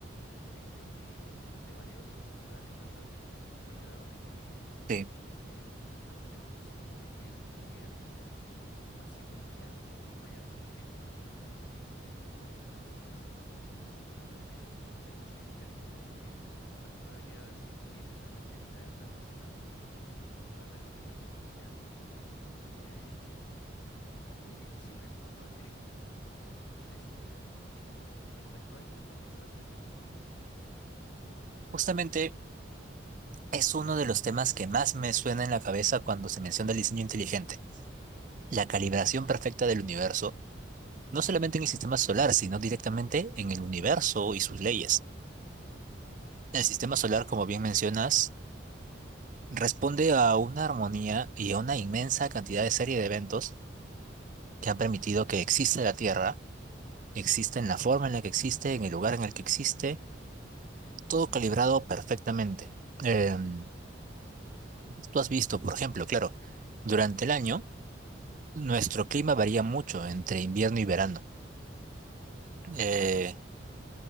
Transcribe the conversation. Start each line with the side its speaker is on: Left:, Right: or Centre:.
Left: entre, entre varios planetas, ¿sabes? Al grado de que
Right: Sí,
Left: de que no tenemos así como de que un riesgo muy masivo en que algo nos vaya a destruir. Este, entonces, yo creo que eso es parte de diseño inteligente porque las probabilidades que pudiesen haber de vida tal vez en algún otro lugar del universo sean eh, muy difíciles, por no decir imposible. Este, y respecto a esto en particular, ¿qué opinas tú?
Right: Justamente es uno de los temas que más me suena en la cabeza cuando se menciona el diseño inteligente, la calibración perfecta del universo, no solamente en el sistema solar, sino directamente en el universo y sus leyes. El sistema solar, como bien mencionas, responde a una armonía y a una inmensa cantidad de serie de eventos que han permitido que exista la Tierra existe en la forma en la que existe, en el lugar en el que existe, todo calibrado perfectamente. Em, tú has visto, por ejemplo, claro, durante el año nuestro clima varía mucho entre invierno y verano. Eh,